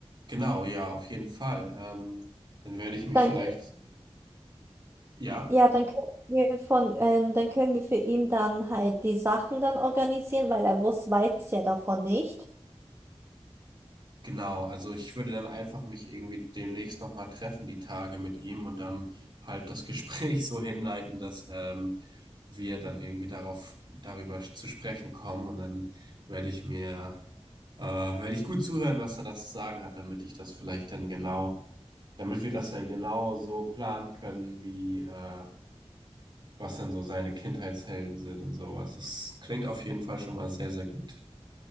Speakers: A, on the right; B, on the right.
A: Genau, ja, auf jeden Fall. Ähm, dann werde ich mich
B: Dann,
A: vielleicht, ja.
B: ja, dann können wir von, ähm, dann können wir für ihn dann halt die Sachen dann organisieren, weil er wusste, weiß ja davon nicht.
A: Genau, also ich würde dann einfach mich irgendwie demnächst nochmal treffen, die Tage mit ihm und dann halt das Gespräch <laughs> so hinleiten, dass ähm, wir dann irgendwie darauf, darüber zu sprechen kommen und dann werde ich mir, äh, werde ich gut zuhören, was er da zu sagen hat, damit ich das vielleicht dann genau, damit wir das dann genau so planen können, wie, äh, was dann so seine Kindheitshelden sind und sowas. Das klingt auf jeden Fall schon mal sehr, sehr gut.